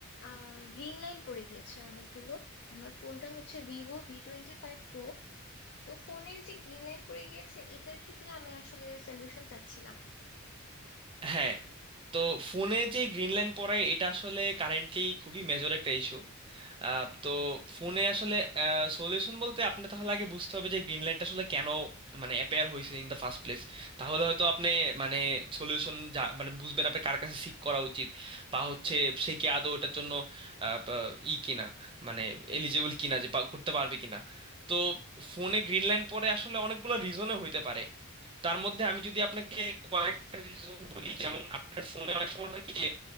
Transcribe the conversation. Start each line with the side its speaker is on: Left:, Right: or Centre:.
Left: আহ গ্রিন লাইন পড়ে গিয়েছে অনেকগুলো আমার ফোনটা হচ্ছে ভিভো ভি টোয়েন্টি ফাইভ প্রো তো ফোনের যে গ্রিন লাইন পড়ে গিয়েছে এটার ক্ষেত্রে আমি আসলে সলিউশন চাচ্ছিলাম
Right: হ্যাঁ তো ফোনে যে গ্রিন লাইন পড়ে এটা আসলে কারেন্টলি খুবই মেজর একটা ইস্যু তো ফোনে আসলে সলিউশন বলতে আপনি তাহলে আগে বুঝতে হবে যে গ্রিন লাইনটা আসলে কেন মানে অ্যাপেয়ার হয়েছে ইন দ্য ফার্স্ট প্লেস তাহলে হয়তো আপনি মানে সলিউশন মানে বুঝবেন আপনি কার কাছে সিক করা উচিত বা হচ্ছে সে কি আদৌ ওটার জন্য আহ, বা- ই কিনা মানে এলিজেবল কিনা যে পা- করতে পারবে কিনা তো ফোনে গ্রিন লাইন পরে আসলে অনেকগুলো রিজনে হইতে পারে তার মধ্যে আমি যদি আপনাকে কয়েকটা রিজন বলি যেমন আপনার ফোনে অনেক সময় হয় কি যে